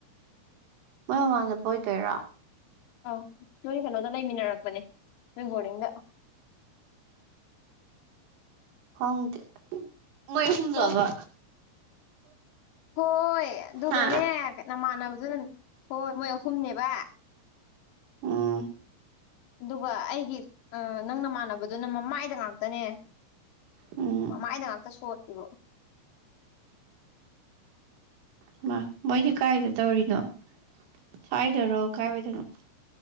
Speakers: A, on the right (about 75°); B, on the left (about 90°).
A: ꯃꯣꯏ ꯃꯃꯥꯟꯅꯕ ꯑꯣꯏꯗꯣꯏꯔꫭ
B: ꯑꯧ ꯅꯣꯏ ꯀꯩꯅꯣꯗ ꯂꯩꯃꯤꯟꯅꯔꯛꯄꯅꯦ ꯅꯣꯏ ꯕꯣꯔꯗꯤꯡꯗ
A: ꯈꯪꯗꯦ ꯃꯣꯏ ꯑꯍꯨꯝꯂꯕ
B: ꯍꯣꯏ ꯍꯣꯏ ꯑꯗꯨꯒꯅꯦ
A: ꯍꯥ
B: ꯅꯃꯥꯟꯅꯕꯗꯨꯅ ꯍꯣꯏ ꯃꯣꯏ ꯑꯍꯨꯝꯅꯦꯕ
A: ꯎꯝ
B: ꯑꯗꯨꯒ ꯑꯩꯒꯤ ꯅꯪ ꯅꯃꯥꯟꯅꯕꯗꯨꯅ ꯃꯃꯥꯏꯗ ꯉꯥꯛꯇꯅꯦ
A: ꯎꯝ
B: ꯃꯃꯥꯏꯗ ꯉꯥꯛꯇ ꯁꫭꯠꯈꯤꯕ
A: ꯍꯩꯃꯥ ꯃꯣꯏꯗꯤ ꯀꯥꯏꯗ ꯇꯧꯔꯤꯅꯣ ꯁ꯭ꯋꯥꯏꯗꯔꯣ ꯀꯥꯏ ꯋꯥꯏꯗꯅꯣ